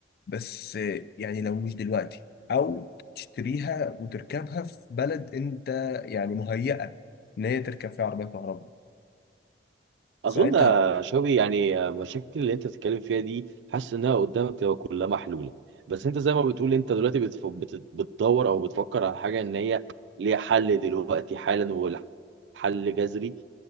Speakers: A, on the left (about 55°); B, on the right (about 80°).
A: بس آه، يعني لو مش دلوقتي او تشتريها وتركبها في بلد انت يعني مهيئة ان هي تركب فيها عربية كهرباء ساعتها
B: أظن يا شوقي يعني آه، المشاكل اللي أنت بتتكلم فيها دي حاسس إنها قدامك تبقى كلها محلولة بس أنت زي ما بتقول أنت دلوقتي بتف... بت... بتدور أو بتفكر على حاجة إن هي ليها حل دلوقتي حالا والحل جذري